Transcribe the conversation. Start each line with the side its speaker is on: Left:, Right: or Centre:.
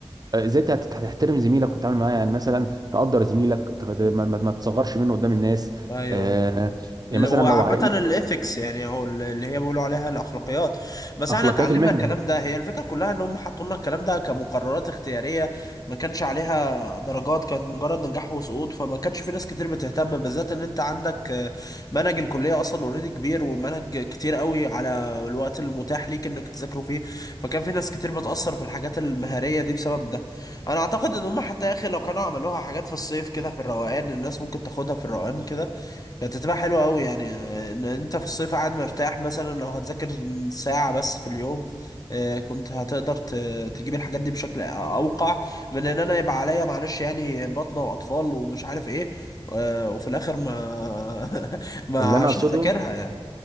Right: آه، ازاي تحت- تحترم زميلك وتتعامل معاه يعني مثلا تقدر زميلك تغ- ت- ما, ما ما تصغرش منه قدام الناس
Left: ايوه
Right: آه،
Left: ايوه
Right: يعني
Left: اللي
Right: مثلا
Left: هو عامة
Right: لو عاي...
Left: الإيثكس يعني أو اللي هي بيقولوا عليها الأخلاقيات بس
Right: اخلاقيات
Left: احنا اتعلمنا
Right: المهنه
Left: الكلام ده هي الفكرة كلها إن هم حطوا لنا الكلام ده كمقررات اختيارية ما كانش عليها درجات كانت مجرد نجاح وسقوط فما كانش في ناس كتير بتهتم بالذات إن أنت عندك آه، منهج الكلية أصلا أوريدي كبير والمنهج كتير قوي على الوقت المتاح ليك إنك تذاكره فيه فكان في ناس كتير بتأثر في الحاجات المهارية دي بسبب ده أنا أعتقد إن هم حتى يا أخي لو كانوا عملوها حاجات في الصيف كده في الروقان الناس ممكن تاخدها في الروقان كده كانت هتبقى حلوة أوي يعني آه، إن أنت في الصيف قاعد مرتاح مثلا لو هتذاكر ساعة بس في اليوم آه، كنت هتقدر ت- تجيب الحاجات دي بشكل أوقع من إن أنا يبقى عليا معلش يعني بطنة وأطفال ومش عارف إيه آه، وفي الآخر ما <laughs> ما
Right: اللي انا
Left: مش
Right: اقصده
Left: هذاكرها يعني